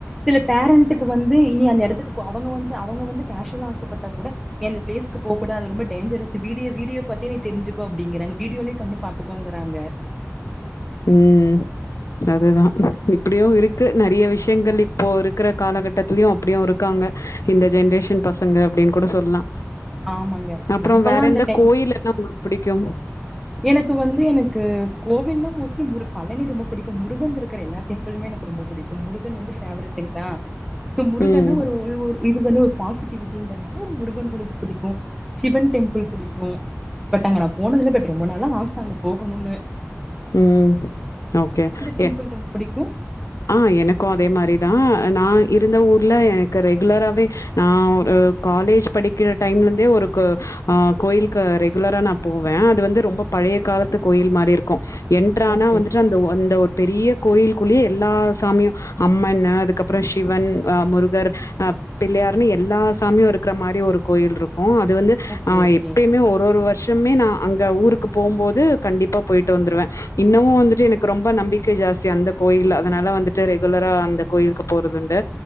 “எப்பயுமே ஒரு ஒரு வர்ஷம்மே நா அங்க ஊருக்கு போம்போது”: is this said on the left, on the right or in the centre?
Left